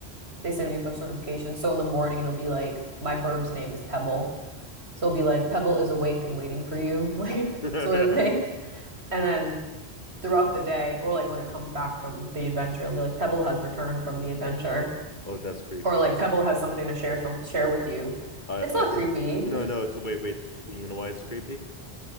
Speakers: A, on the right; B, on the left.
A: they send
B: Yep.
A: you push notifications. So in the morning it'll be like my burb's name is Pebble. So it'll be like Pebble is awake and waiting for you, <laughs> like
B: Mm.
A: sort of thing.
B: <laughs>
A: And then throughout the day or like when it comes back from the adventure, it'll be like Pebble has returned from the adventure
B: Oh, that's creepy.
A: or like Pebble has something to share some share with you.
B: I
A: It's not
B: I just
A: creepy.
B: no no. It's wait wait. You know why it's creepy?